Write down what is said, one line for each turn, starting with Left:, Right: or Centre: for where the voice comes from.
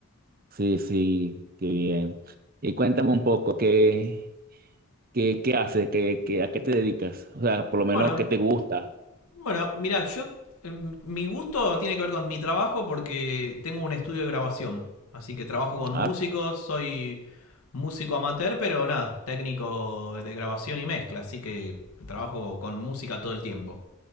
Right: Sí, sí, qué bien. Y cuéntame un poco, ¿qué, qué, qué haces? ¿Qué, qué, a qué te dedicas? O sea, por lo menos,
Left: Bueno,
Right: ¿qué te gusta?
Left: Bueno, mira, yo eh, mi gusto tiene que ver con mi trabajo porque tengo un estudio de grabación, así que trabajo con
Right: Ah,
Left: músicos, soy músico amateur, pero nada, técnico de grabación y mezcla, así que trabajo con música todo el tiempo.